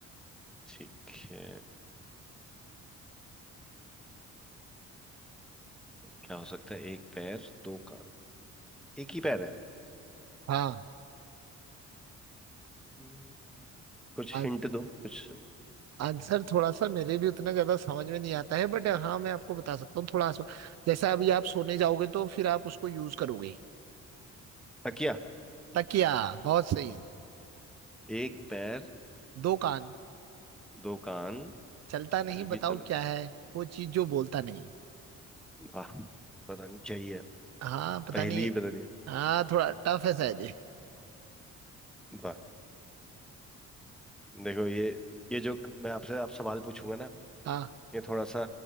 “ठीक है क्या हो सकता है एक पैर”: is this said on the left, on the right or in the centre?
Centre